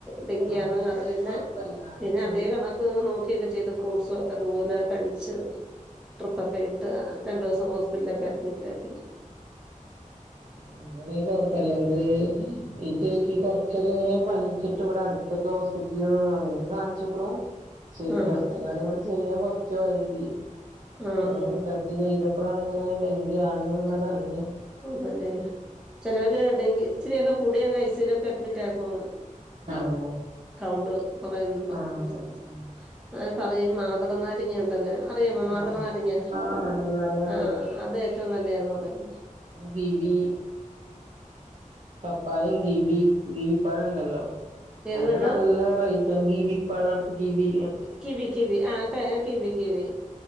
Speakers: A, in the centre; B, on the right.
A: ഡങ്കിയാന്നു
B: അങ്ങനെണ്ടെങ്കി
A: പിന്നെ
B: കൊഴപ്പല്ല
A: പിന്നെ
B: ഇത്
A: അതേ കണക്കങ്ങ് നോക്കി ചെയ്തോ ഫ്രൂട്സ്‌ക്കെ അത് പോലെ കളിിച്ചു ട്രിപ്പ്‌ ഒക്കെ ഇട്ട് രണ്ടു ദിവസം ഹോസ്പിറ്റലൊക്കെ അഡ്മിറ്റ് ആാക്കി
B: അങ്ങനെയ കൊഴപ്പല്ല ഇത് ഈ ചേച്ചി കൊറച്ചൊക്കെ ഇങ്ങനെ പനിച്ചിട്ട് ഇവിടെത്തു ഇപ്പൊക്കെ ഹോസ്പിറ്റലിൽ അങ്ങനെയൊക്കെ കാണിച്ചുക്കുണു ചെയ്ത്
A: ആഹ്
B: ടെസ്റ്റും
A: ആഹ്
B: കാര്യങ്ങളും ചെയ്യാൻ കുറച്ച് ശിവഴക <unintelligible>
A: ആഹ്
B: ടെസ്റ്റ് ചെയ്തപ്പോഴാാണ് ഇങ്ങനെ ഡെങ്കി ആാണ് എന്നുള്ളത് അറിഞ്ഞഞ്
A: അതല്ലെ ചിലവര് ഡെങ്കി ഇച്ചിരിയൊക്കെ കൂടിയാ കൈച്ചീരൊക്കെ അഡ്മിറ്റാക്കോ
B: ആഹ്
A: കൗണ്ട് കൊറ
B: ആഹ്
A: അനുസരിച്ച്
B: പറഞ്ഞു ഉം
A: അ പറയുംയും മാതള നര ഇങ്ങ ഉണ്ടല്ലേ അറിയമ്മോ മാദള
B: ആഹ്
A: നരങ്ങ
B: ആഹ് നാട്ടിൽ നാരങ്ങ
A: ആഹ അത് ഏറ്റവും നല്ലതന്ന് പറയാ
B: ഗിവി പപ്പായ ഗിവി പയം ഹല്ലോ
A: ഏത്
B: അനൊക്കെ
A: പഴവാ
B: നല്ല റൈറ്റാണ് ഗീവിപ്പഴം ഗീവി
A: കിവി കി വി ആ ക കി വി കി വി